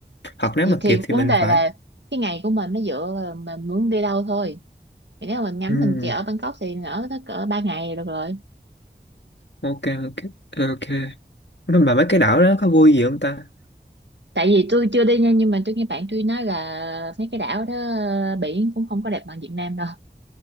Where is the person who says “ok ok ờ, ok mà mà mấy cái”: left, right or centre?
Left